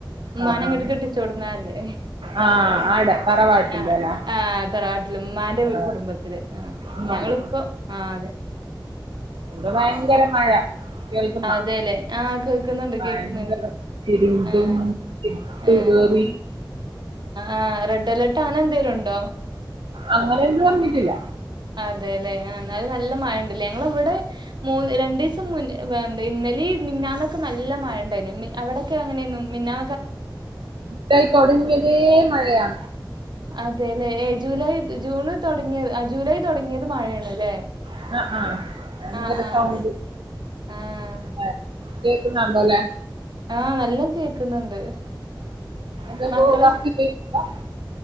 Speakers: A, on the right; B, on the right.
A: ഉമ്മാനെങ്ങോട്ട്
B: ആഹ് ആഹ്
A: കെട്ടിച്ചോട്ന്നല്ലേ
B: ആഹ് ആടെ തറവാട്ടില്ലല്ലേ
A: ആഹ് ആഹ് തറവാട്ടില് ഉമ്മാന്റെ
B: തറവാട്ട്
A: കുടുംബ ത്തിൽ ആഹ് ഞങ്ങളിപ്പോ
B: കണ്ടിട്ടുണ്ട്
A: ആഹ് അതെ
B: വിടെ ഭയങ്കര മഴ കേൾക്കുന്നാ
A: അതെല്ലെ ആഹ് കേക്ക്ന്ന്ണ്ട്
B: ഭയങ്കര
A: കേക്ക്ന്ന്ണ്ട്
B: ഇരുണ്ടും
A: ആഹ്
B: ഇരുട്ട്
A: ആഹ്
B: കേറി
A: ആഹ് റെഡ് അലേർട്ട് ആങ്ങനെ എന്തേലും ഉണ്ടോ
B: അങ്ങനെന്നും റഞ്ഞിട്ടില്ല
A: അതെല്ലെ ആഹ് ന്നാലും നല്ല മഴ ണ്ട്ല്ലേ ഞങ്ങള ഇവിടെ മൂന്ന് രണ്ടു ദിവസം മൂ ഇന്നലെ മിന്നന്നൊക്കെ നല്ല മഴ ഉണ്ടായിരുന്നു അവിടൊക്കെ അങ്ങനെയൊന്നും മിന്നാ
B: ഇതായി തൊടങ്ങിയതേ മഴയാ
A: അതെല്ലേ ഏ ജൂലൈ ത് ജൂണ് തുടങ്ങിയ അഹ് ജൂലൈ തുടങ്ങിയത് മഴയാണ്ല്ലേ
B: ആഹ ആഹ ഭയങ്കര
A: ആഹ് ആഹ്
B: സൗണ്ട്
A: ആഹ് ആഹ്
B: ആഹാ കേക്കുന്നണ്ടോ അല്ലെ
A: ആഹ നല്ല കേക്കുന്നണ്ട്
B: എന്തെങ്കിലും
A: മക്കളക്ക്
B: വർക്ക് ചെയ്യുന്നുണ്ടോ